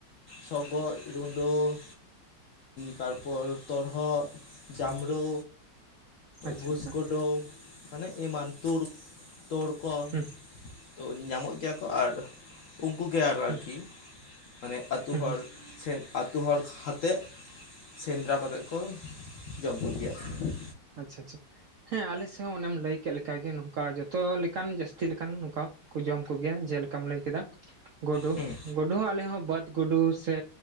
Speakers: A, on the left (about 65°); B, on the right (about 70°).
A: ᱥᱚᱜᱚᱜ ᱨᱩᱰᱟᱹ ᱛᱟᱨᱯᱚᱨ ᱛᱚᱨᱦᱚᱫ ᱡᱟᱢᱲᱳ
B: ᱟᱪᱪᱷᱟ
A: ᱵᱷᱩᱥ
B: ᱟᱪᱪᱷᱟ
A: ᱜᱳᱰᱳ ᱢᱟᱱᱮ ᱮᱢᱟᱱ ᱛᱳᱲ ᱛᱳᱲ ᱠᱚ
B: ᱦᱩᱸ
A: ᱛᱚ ᱧᱟᱢᱚᱜ ᱜᱮᱭᱟ ᱠᱚ ᱟᱨ ᱩᱱᱠᱩᱜ ᱜᱮ ᱟᱨᱚ
B: ᱦᱩᱸ
A: ᱟᱨᱠᱤ ᱢᱟᱱᱮ ᱟᱹᱛᱩ
B: ᱦᱩᱸ
A: ᱦᱚᱲ ᱥᱮ ᱟᱛᱳ ᱦᱚᱲ ᱠᱷᱟᱛᱮᱜ ᱥᱮᱸᱫᱽᱨᱟ ᱠᱟ ᱠᱟᱛᱮᱫ ᱠᱚ ᱡᱚᱢ ᱠᱚ ᱜᱮᱭᱟ ᱟᱨᱠᱤ,
B: ᱟᱪᱪᱷᱟ ᱟᱪᱪᱷᱟ ᱦᱮᱸ ᱟᱞᱮᱥᱮᱫ ᱦᱚᱸ ᱚᱱᱮᱢ ᱞᱟᱹᱭ ᱠᱮᱫ ᱞᱮᱠᱟ ᱜᱮ ᱱᱚᱝᱠᱟ ᱡᱚᱛᱚ ᱞᱮᱠᱟᱱ ᱡᱟᱹᱥᱛᱤ ᱞᱮᱠᱟ ᱟᱨ ᱱᱚᱝᱠᱟ ᱠᱚ ᱡᱚᱢ ᱠᱚᱜᱮᱭᱟ ᱡᱮᱞᱮᱠᱟᱢ ᱞᱟᱹᱭ ᱠᱮᱫᱟ ᱜᱩᱰᱩ
A: ᱦᱩᱸ
B: ᱜᱩᱰᱩ ᱦᱚᱸ ᱟᱞᱮ ᱦᱚᱸ ᱵᱟᱹᱫᱽ ᱜᱩᱰᱩ ᱥᱮ